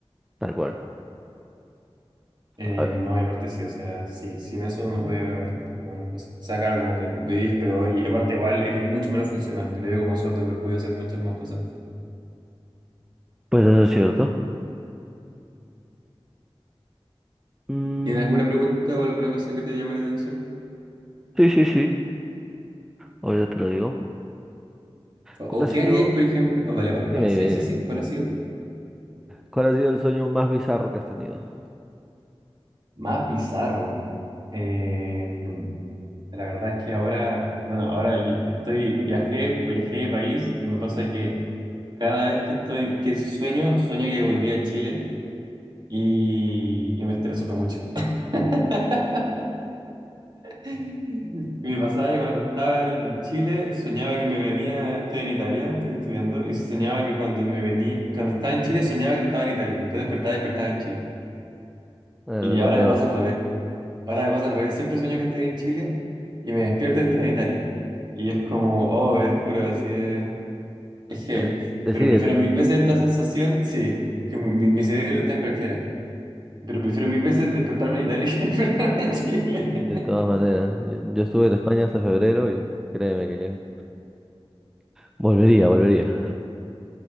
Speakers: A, in the centre; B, on the right.
A: Tal cual.
B: Eh,
A: A ver.
B: no, y aparte sí, o sea, sí, sin eso uno puede ver bastantes pocas cosas. O sea, claro, como que vivís peor y aparte igual eres mucho menos funcional. Creo que como sordo igual podía hacer muchas más cosas.
A: Pues eso es cierto. Mm,
B: ¿Tienes alguna pregunta o alguna cosa que te llame la atención?
A: sí, sí, sí. Ahora te lo digo.
B: ¿O,
A: ¿Cuál
B: o
A: ha
B: qué
A: sido,
B: haríais, por ejemplo? Ah, vale, vale, va.
A: dime,
B: Sí,
A: dime,
B: sí,
A: dime,
B: sí, ¿cuál ha sido?
A: ¿cuál ha sido el sueño más bizarro que has tenido?
B: Más bizarro. Eh, La verdad es que ahora, bueno, ahora yo estoy, viajé, viajé de país y me pasa que cada vez que estoy, que sueño, sueño que volví a Chile y, y me estreso mucho. <laughs> Y Me pasaba que cuando estaba en en Chile, soñaba que me venía, estoy en Italia, estoy estudiando, y soñaba que cuando me venía, cuando estaba en Chile, soñaba que estaba en Italia, y después despertaba, despertaba en Chile.
A: Eh,
B: Y ahora
A: lo peor.
B: me pasa al revés. Ahora me pasa al revés, siempre sueño que estoy en Chile y me despierto y estoy en Italia. Y es como, oh, es puro, así de... Es heavy.
A: Eh, decídete,
B: Pero prefiero mil veces esta sensación, sí, que mi, mi cerebro está en cualquiera. Pero prefiero mil veces despertarme en Italia <laughs> que despertarme en Chile.
A: de todas maneras. Yo estuve en España hasta febrero y créeme que volvería, volvería.